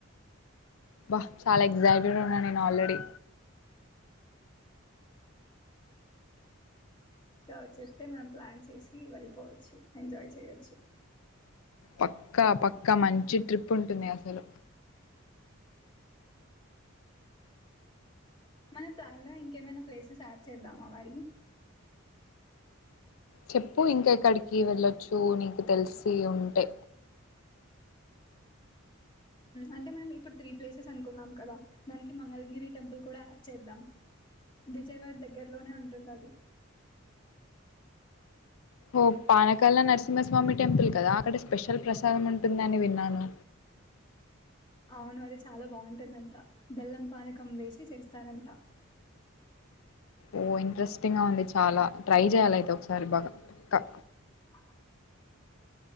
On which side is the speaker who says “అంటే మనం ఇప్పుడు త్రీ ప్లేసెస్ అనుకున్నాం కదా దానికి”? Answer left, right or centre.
Left